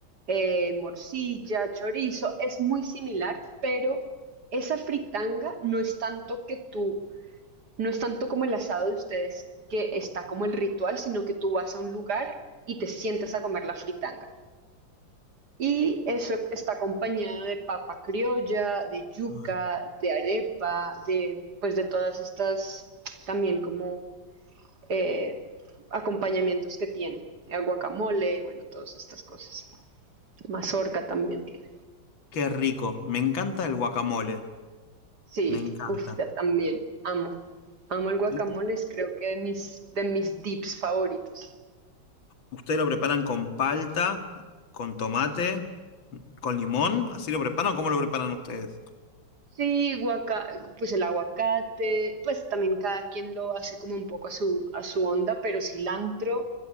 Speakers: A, on the right; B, on the left.
A: eh, morcilla, chorizo, es muy similar, pero esa fritanga no es tanto que tú no es tanto como el asado de ustedes que está como el ritual, sino que tú vas a un lugar y te sientas a comer la fritanga. Y eso está acompañado de papa criolla, de yuca,
B: Ay,
A: de arepa, de pues de todas estas también como eh, acompañamientos que tiene. El guacamole, bueno, todas estas cosas. Mazorca también tiene.
B: Qué rico. Me encanta el guacamole.
A: Sí,
B: Me encanta.
A: uff, también amo. Amo el guacamole,
B: U-
A: es creo que de mis, de mis dips favoritos.
B: Ustedes lo preparan con palta, con tomate. ¿Con limón? ¿Así lo preparan o cómo lo preparan ustedes?
A: Sí, guaca- pues el aguacate, pues también cada quien lo hace como un poco a su, a su onda, pero cilantro,